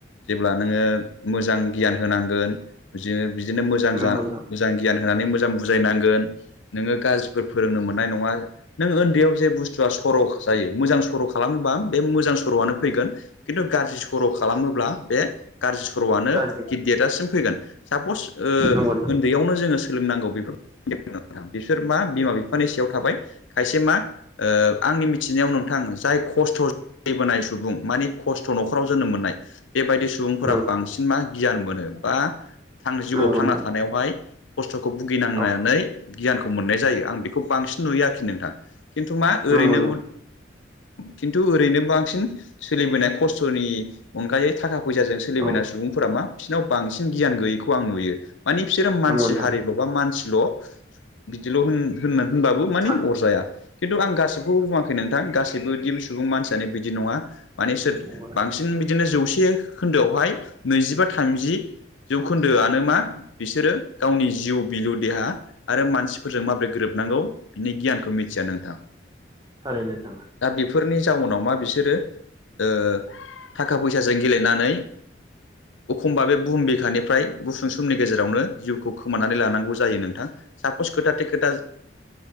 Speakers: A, on the left; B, on the right.
A: जेब्ला नोंङो मोजां गियान होनांगोन बिदिनो मोजां
B: नंगौ नोंथां उम नंगौ नोंथां
A: मोजां गियान होनानै मोजां बुजायनांगोन नोंङो गाज्रि फोरोंनो मोननाय नंङा नों उन्दैयाव जे बुस्थुआ सर' जायो मोजां सर' खालामोबा बे मोजां सर'आनो फैगोन। खिन्थु गाज्रि सर' खालामोब्ला बे गाज्रि सर'आनो
B: गाज्रि
A: गिदेरजासिम फैगोन सापस
B: नंगौ नोंथां
A: दैयावनो जोंङो सोलोंनांगौ बेफोर बिसोर मा बिमा बिफानि सायाव थाबाय खायसे मा आंनि मिथिनायाव नोंथां जाय खस्थ' जाबोनाय सुबुं माने खस्थ' न'खराव जोनोम मोननाय बेबायदि सुबुंफोरा
B: नंगौ
A: बांसिन मा गियान मोनो बा थां जिउआव
B: नंगौ
A: थांना
B: नोंथां
A: थानायावहाय खस्थ'खौ भुगिनांनानै
B: औ
A: गियानखौ मोननाय जायो। आं बेखौ बांसिन नुयो आरोखि नोंथां खिन्थु मा ओरैनो
B: नंगौ नोंथां
A: खिन्थु ओरैनो बांसिन सोलिबोनाय खस्थ'नि अनगायै थाखा फैसाजों सोलिबोनना
B: औ
A: सुबुंफोरा मा बिसिनाव बांसि गियान गयैखौ नोयो बिसोर मानसि
B: नंगौ नोंथां
A: हारिखबा' मानसिल बिदि होनबाबो
B: नंगौ
A: मानि अरजाया खिन्थु आं गासिखौबो बुङा खै नोंथां गासैबो दि सुबुं मानसियानो बिदि नङा माने सोर
B: नोंथां
A: बांसिन बिदिनो जौसे जौखोन्दोआवहाय नैजिबा थामजि जौखोन्दोआनो मा बिसोरो गावनि जिउ बिलु देहा आरो मानसिफोरजों माबोरै गोरोब नांगौ बिनि गियानखौ मिथिया नोंथां
B: थारैनो नोंथां
A: दा बेफोरनि जाउनाव मा बिसोरो ओ थाखा फैसाजों गेलेनानै एखमबा बे बुहुम बिखानिफ्राय गुसुं समनि गेजेरावनो जिउखौ खोमानानै लानांगौ जायो नोंथां सापस खोथाथे खोथा